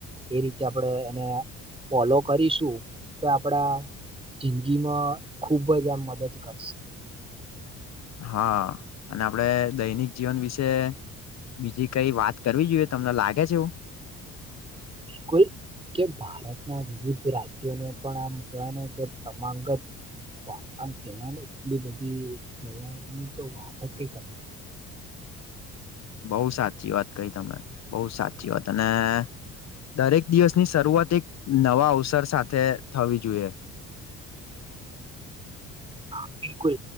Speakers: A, on the right; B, on the left.
A: એ રીતે આપણેે એને ફોલો કરીશું તો આપડા જિંદગીમાં ખુબ જ આમ મદદ કરશે.
B: હા અને આપડે દૈનિક જીવન વિશે બીજી કઈ વાત કરવી જોઈએ તમને લાગે છે એવું
A: બિલકુલ કે ભારતના વિવિધ રાજ્યોને પણ આમ કહેવા કે પ્રમાંંગત આમ કેહેવાય ને એટલી બધી કેહેવાય એની તો વાત કર
B: બહ સાચી વાત કઈ તમે બહુ સાચી વાત અને દરેક દિવસની શરૂઆત એક નવા અવસર સાથે થવી જોઈએ. <inaudible>
A: હા બિલકુલ